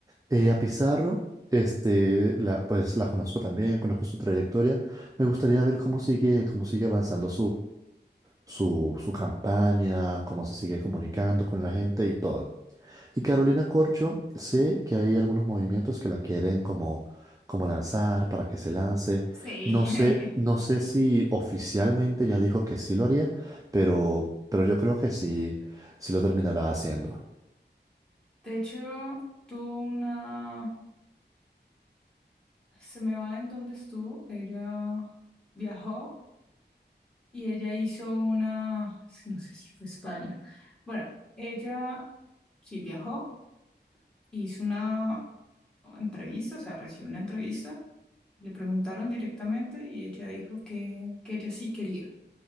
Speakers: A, on the right; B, in the centre.
A: Eh, a Pizarro, este, la, pues la conozco también, conozco su trayectoria. Me gustaría ver cómo sigue, cómo sigue avanzando su, su campaña, cómo se sigue comunicando con la gente y todo. Y Carolina Corcho, sé que hay algunos movimientos que la quieren como, como lanzar para que se lance.
B: sí.
A: No sé, no
B: <laughs>
A: sé si oficialmente ya dijo que sí lo haría, pero, pero yo creo que sí, sí lo terminará haciendo.
B: De hecho, tuvo una... se me va en donde estuvo. Ella viajó y ella hizo una, es que no sé si fue España. Bueno, ella sí viajó, hizo una entrevista, o sea, recibió una entrevista. Le preguntaron directamente y ella dijo que, que ella sí quería